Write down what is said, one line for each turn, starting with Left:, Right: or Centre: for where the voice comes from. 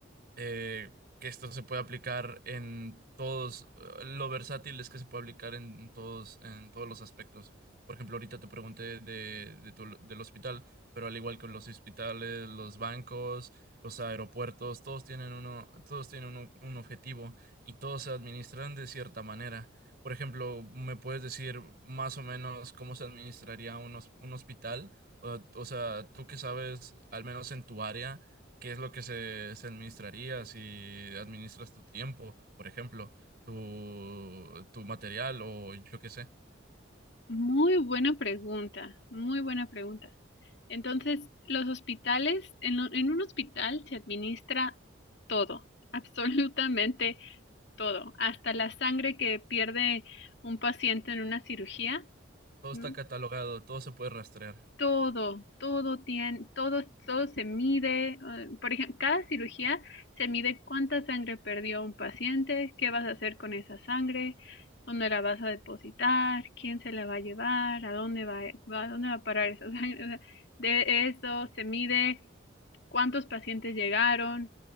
Right: eh, que esto se puede aplicar en todos, eh, lo versátil es que se puede aplicar en todos, en todos los aspectos. Por ejemplo, ahorita te pregunté de, de tu- del hospital, pero al igual que los hospitales, los bancos, los aeropuertos, todos tienen uno, todos tienen uno- un objetivo y todos se administran de cierta manera. Por ejemplo, ¿me puedes decir más o menos cómo se administraría un, hos- un hospital? o o sea, tú que sabes, al menos en tu área qué es lo que se, se administraría si administras tu tiempo, por ejemplo, tu, tu material o yo qué sé.
Left: Muy buena pregunta, muy buena pregunta. Entonces, los hospitales, en, lo- en un hospital se administra todo, <laughs> absolutamente todo, hasta la sangre que pierde un paciente en una cirugía,
Right: Todo está
Left: ¿no?
Right: catalogado, todo se puede rastrear.
Left: Todo, todo tiene, todo, todo se mide. eh, Por ejemplo, cada cirugía se mide cuánta sangre perdió un paciente, qué vas a hacer con esa sangre, dónde la vas a depositar, quién se la va a llevar, a dónde va, va- a dónde va a parar esa <laughs> sangre. O sea, de eso se mide cuántos pacientes llegaron,